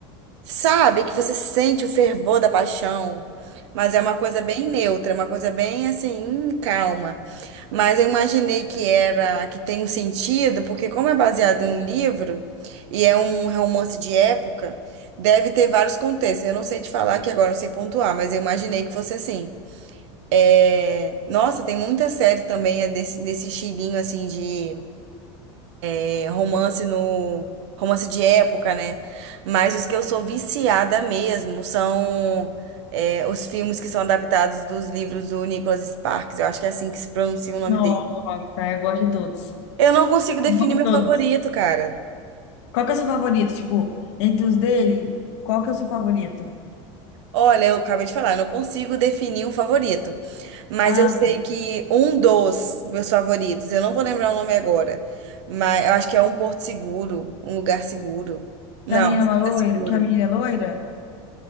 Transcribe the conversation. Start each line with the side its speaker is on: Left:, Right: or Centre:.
Right: Sabe que você sente o fervor da paixão, mas é uma coisa bem neutra, é uma coisa bem assim, hum, calma. Mas eu imaginei que era, que tem um sentido, porque como é baseado em um livro e é um romance de época, deve ter vários contextos. Eu não sei te falar aqui agora, não sei pontuar, mas eu imaginei que fosse assim. É, Nossa, tem muita série também é desse, nesse estilinho assim de é, romance no romance de época, né? Mas os que eu sou viciada mesmo são é, os filmes que são adaptados dos livros do Nicholas Sparks. Eu acho que é assim que se pronuncia o nome
Left: Nossa,
Right: dele.
Left: eu gosto de todos.
Right: Eu não consigo definir
Left: Amo
Right: meu
Left: todos.
Right: favorito, cara.
Left: Qual que é o seu favorito? Tipo, entre os dele, qual que é o seu favorito?
Right: Olha, eu acabei de falar, eu não consigo definir um favorito. Mas
Left: Ah,
Right: eu sei
Left: tá.
Right: que um dos meus favoritos, eu não vou lembrar o nome agora, mas eu acho que é um porto seguro, um lugar seguro. Não,
Left: Que a menina
Right: não
Left: é uma loira,
Right: é seguro.
Left: que a menina é loira?